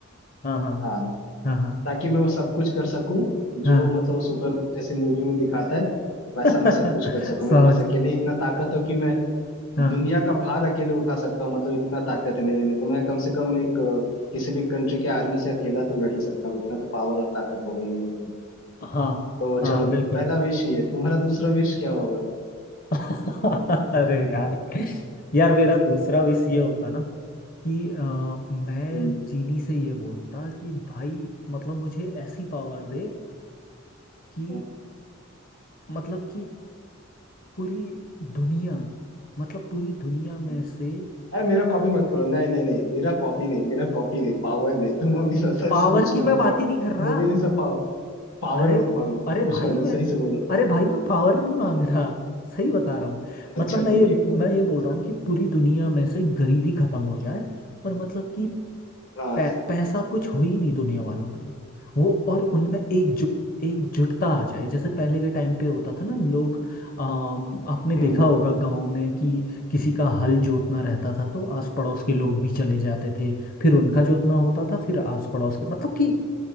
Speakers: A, on the left; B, on the left.
A: हाँ हाँ
B: हाँ
A: हाँ हाँ
B: ताकि मैं वो सब कुछ कर सकूं
A: हाँ
B: जो मतलब वो सुपरमैन जैसे मूवी में दिखाता है वैसा
A: <laughs>
B: मैं सब कुछ कर सकूं
A: समझ
B: मेरे पास अकेले ही इतना ताकत हो कि मैं
A: हाँ
B: दुनिया का भार अकेले उठा सकता हूँ मतलब इतना ताकत है मेरे में तो मैं कम से कम एक अ, किसी भी कंट्री के आर्मी से अकेला तो लड़ ही सकता हूँ इतना तो पावर और ताकत हो गई मेरे अंदर
A: हाँ
B: तो
A: हाँ
B: चलो मेरा
A: बिल्कुल
B: पहला विश ये है। तुम्हारा दूसरा विश क्या होगा
A: <laughs> अरे यार यार मेरा दूसरा विश ये होता ना कि अ, मैं
B: हम्म
A: जीनी से ये बोलता कि भाई मतलब मुझे ऐसी पावर दे कि
B: हाँ,
A: मतलब कि पूरी दुनिया मतलब पूरी दुनिया में
B: हम्म।
A: से
B: अरे मेरा कॉपी मत करो नहीं नहीं नहीं मेरा कॉपी नहीं मेरा कॉपी नहीं पावर नहीं तुम अभी सच सच
A: पावर
B: सोच
A: की
B: के
A: मैं
B: बताओ
A: बात ही नहीं कर रहा
B: मेरे जैसा पावर पावर
A: अरे
B: मत मांगो
A: अरे
B: कुछ
A: भाई
B: और है,
A: मैं
B: सही से बोलो
A: अरे भाई मैं पावर नहीं मांग रहा सही बता रहा हूँ
B: अच्छा
A: मतलब मैं
B: ठीक
A: ये
B: है
A: मैं
B: बोलो
A: ये बोल
B: अच्छा
A: रहा हूँ कि पूरी दुनिया में से गरीबी खत्म हो जाए और मतलब कि
B: हाँ
A: पै, पैसा कुछ हो ही नहीं दुनिया वालों के लिए वो और उनमें एकजुट एकजुटता आ जाए जैसे पहले के टाइम पे होता था ना लोग अम, आपने देखा
B: हम्म
A: होगा गांव में कि किसी का हल जोतना रहता था तो आस पड़ोस के लोग भी चले जाते थे फिर उनका जोतना होता था फिर आस पड़ोस के मतलब कि